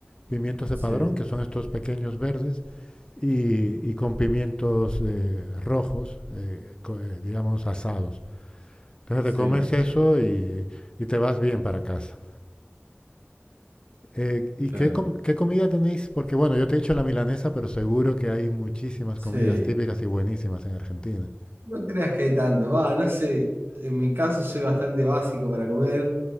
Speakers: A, on the left (about 25°); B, on the right (about 65°).
A: pimientos de
B: sí,
A: padrón, que son estos pequeños verdes y, y con pimientos eh, rojos, eh, eh, digamos asados. Entonces
B: sí,
A: te comes eso y, y te vas bien para casa. Eh, ¿y
B: claro.
A: qué, com- qué comida tenéis? Porque bueno, yo te he dicho la milanesa, pero seguro que hay muchísimas
B: Sí.
A: comidas típicas y buenísimas en Argentina.
B: No creas que hay tanto. Va, no sé. En mi caso soy bastante básico para comer.